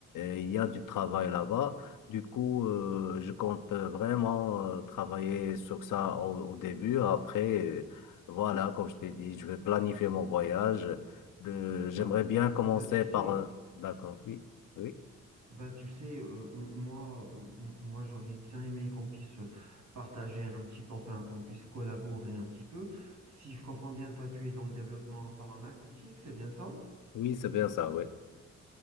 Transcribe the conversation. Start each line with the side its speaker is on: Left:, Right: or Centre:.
Left: Et il y a du travail là-bas. Du coup, euh, je compte vraiment euh, travailler sur ça au, au début. Après, euh, voilà, comme je t'ai dit, je vais planifier mon voyage. Euh, j'aimerais
Right: Ben,
Left: bien commencer
Right: ben tu sais.
Left: par... euh, D'accord, oui, oui,
Right: Ben, tu sais, euh, m- moi, euh, m- moi j'aurais bien aimé qu'on puisse euh, partager un petit peu, enfin qu'on puisse collaborer un petit peu. Si je comprends bien, toi, tu es dans le développement informatique, c'est bien ça?
Left: oui, c'est bien ça, oui.